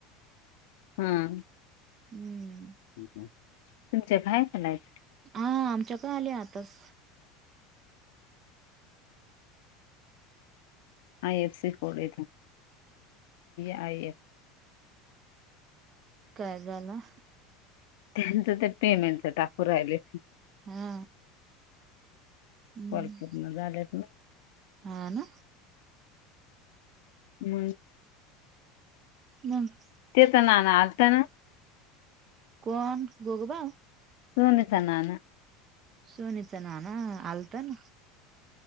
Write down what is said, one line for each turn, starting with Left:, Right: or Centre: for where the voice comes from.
Left: हमम.
Right: हमम.
Left: तुमच्या घरात पण आहेत.
Right: हा आमच्यापण आले आताच.
Left: आय एफ सी कोड येत आय एफ.
Right: चहा झाला.
Left: त्यांचं ते पेमेंटच टाकू राहिले असतील.
Right: हा हमम.
Left: कॉल पूर्ण <inaudible>
Right: हा ना.
Left: हमम.
Right: नाही.
Left: ते तर नाना आलता ना.
Right: कोण गोरोबा.
Left: सूणच ना ना.
Right: सुनिता नाना आलता ना.